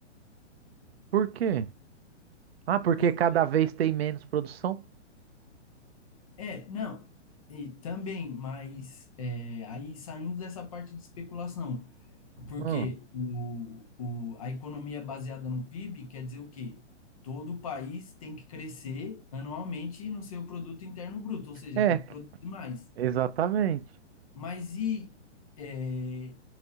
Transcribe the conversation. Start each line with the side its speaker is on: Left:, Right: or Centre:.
Right: Por quê? Ah, porque
Left: Porque
Right: cada vez tem menos produção?
Left: é, não, e também, mas eh, aí saindo dessa parte de especulação, porque
Right: Hum.
Left: o, o, a economia baseada no PIB quer dizer o quê? Todo país tem que crescer anualmente no seu produto interno bruto, ou seja,
Right: É,
Left: tem que produzir mais.
Right: exatamente.
Left: Mas e, é,